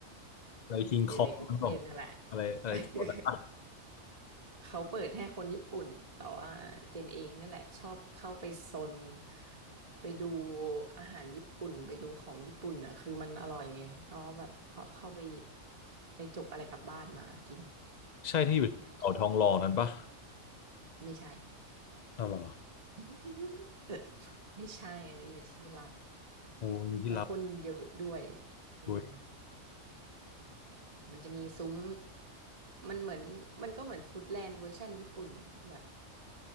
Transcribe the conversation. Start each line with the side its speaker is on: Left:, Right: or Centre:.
Left: อะไรคิงคองนั่นหรอ
Right: <laughs> อยู่ในกรุงเทพนั่นแหละ
Left: อะไรอะไรแถวนั้นปะ
Right: <laughs> เขาเปิดให้คนญี่ปุ่น แต่ว่าเจนเองนั่นแหละชอบเข้าไปซนไปดูอาหารญี่ปุ่นไปดูของญี่ปุ่นอ่ะคือมันอร่อยไงเขาแบบเขาเข้าไปไปจกอะไรกลับบ้านมากิน
Left: ใช่ที่อยู่เขาทองหล่อนั้นปะ
Right: อะไรเงี้ยไม่ใช่
Left: อ้าวเหรอ
Right: <laughs> ไม่ใช่อันนี้อยู่ที่ลับ
Left: โอ้มีที่รับ
Right: แล้วคนเยอะด้วยอืม
Left: อุ้ย
Right: มันจะมีซุ้มมันเหมือนมันก็เหมือนฟู้ดแลนด์เวอร์ชันญี่ปุ่นแบบ